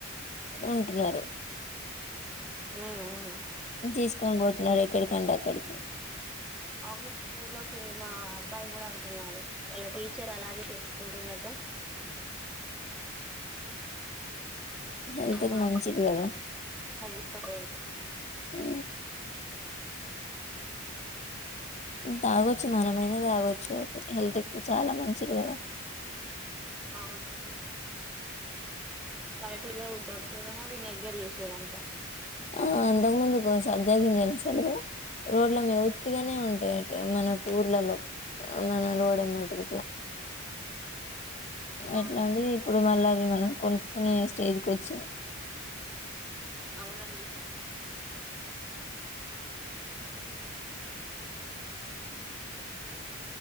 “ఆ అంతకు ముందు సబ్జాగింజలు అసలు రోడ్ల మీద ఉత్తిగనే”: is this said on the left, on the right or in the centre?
Left